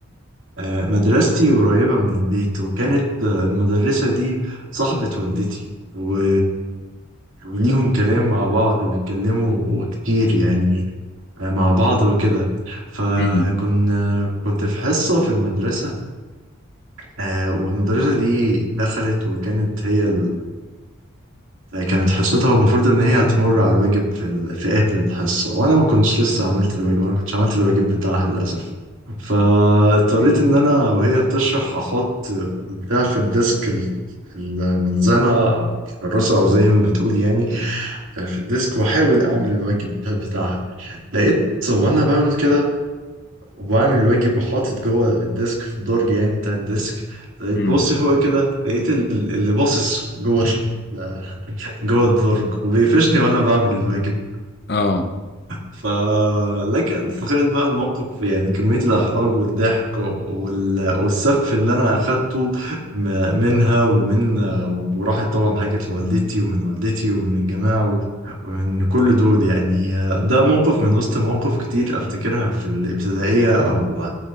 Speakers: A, on the right; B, on the left.
A: آه، مدرستي قريبة من البيت وكانت آه، المدرسة دي صاحبة والدتي و... وليهم كلام مع بعض وبيتكلموا كتير يعني آه، مع بعض وكده فكنا
B: امم
A: كنت في حصة في المدرسة آه، والمدرسة دي دخلت وكانت هي ال... يعني كانت حصتها المفروض ان هي هتمر على الواجب في ال... في اخر الحصه وانا ما كنتش لسه عملت الواجب انا ما كنتش عملت الواجب بتاعها للاسف فاضطريت ان انا وهي بتشرح احط بتاع في الديسك ال- الملزمه او الكراسه او زي ما بتقول يعني في الديسك واحاول اعمل الواجب بتاعها لقيت وانا بعمل كده وبعمل الواجب وحاطط جوه الديسك في الدرج يعني بتاع الديسك لقيت
B: امم
A: ببص فوق كده لقيت ال- اللي باصص جوه <laughs> جوه الدرج وبيقفشني وانا بعمل الواجب
B: اه
A: ف لكن تخيل بقى الموقف يعني كمية الإحراج والضحك وال... والسف اللي أنا أخدته م- منها ومن وراحت طبعا حكت لوالدتي ومن والدتي ومن الجماعة و... ومن كل دول يعني ده موقف من وسط مواقف كتير أفتكرها في الابتدائية أو